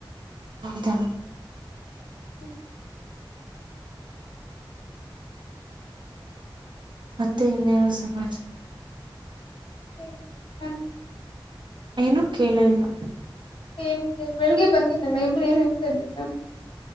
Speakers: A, on the right; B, on the left.
A: ಹೌದಾ
B: ಹ್ಮ
A: ಮತ್ತೆ ಇನ್ನೇನು ಸಮಾಚಾರ
B: ಹ ಹ್ಮ
A: ಏನುೂ ಕೇಳಲಿಲ್ಲ
B: ಹೇ ಬೆಳಿಗ್ಗೆ ಬಂದನಲ್ಲ ನಿಮ್ಮ ಏನ್ ಹೇಳ್ತಾ ಇದ್ದಿದ್ದ